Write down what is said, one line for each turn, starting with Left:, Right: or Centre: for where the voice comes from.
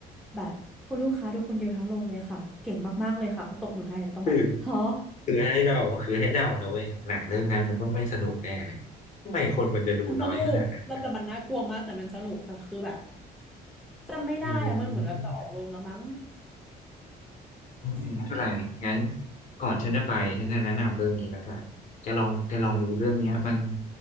Centre: แบบคุณลูกค้าดูคนเดียวทั้งโรงเลยค่ะเก่งมากๆเลยค่ะเขาตบมือให้แล้วต้องแบบฮะ
Left: คือคือให้เดาคือให้เดานะเว้ยหนังเรื่องนั้นมันต้องไม่สนุกแน่เลยทำไมคนมันจะดูน้อยขนาดนั้น
Centre: มันสนุกเราแต่มันน่ากลัวมากแต่มันสนุกแต่คือแบบจำไม่ได้อะมันเหมือนเราจะออกโรงแล้วมั้ง
Left: อืม ไม่เป็นไรงั้นก่อนฉันจะไปฉันจะแนะนำเรื่องนี้แล้วกันแกลองแกลองดูเรื่องเนี้ยมัน